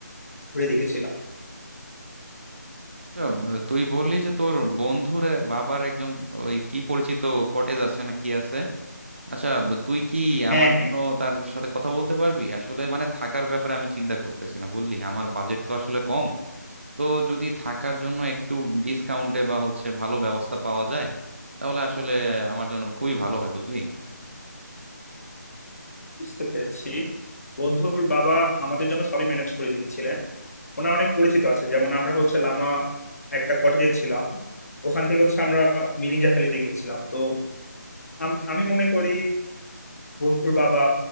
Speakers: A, on the left; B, on the right.
A: ঘুরে দেখেছিলাম
B: আচ্ছা, তুই বললি যে তোর বন্ধুর বাবার একজন ওই কি পরিচিত কটেজ আছে না কি আছে আচ্ছা তুই কি
A: হ্যাঁ
B: আমার জন্য
A: হ্যাঁ
B: তার সাথে কথা বলতে পারবি আসলে মানে থাকার ব্যাপারে আমি চিন্তা করতেছিলাম বুঝলি আমার বাজেট তো আসলে কম তো যদি থাকার জন্য একটু ডিসকাউন্টে বা হচ্ছে ভালো ব্যবস্থা পাওয়া যায় তাহলে আসলে আমার জন্য খুবই ভালো হয় বুঝলি
A: বুঝতে পেরেছি বন্ধুর বাবা আমাদের জন্য সবই ম্যানেজ করে দিয়েছিলেন ওনার অনেক পরিচিত আছে যেমন আমরা হচ্ছে লামা একটা কটেজে ছিলাম ওখান থেকে হচ্ছে আমরা মিরিঞ্জা ভ্যালিতে গিয়েছিলাম তো আম- আমি মনে করি বন্ধুর বাবা